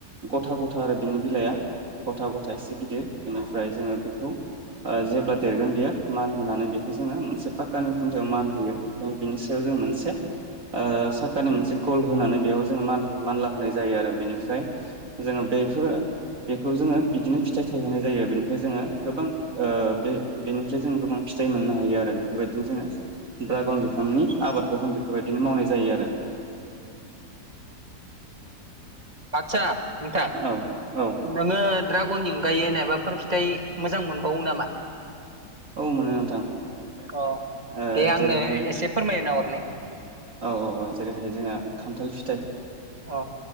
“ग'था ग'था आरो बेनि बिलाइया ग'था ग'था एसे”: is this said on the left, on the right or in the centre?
Right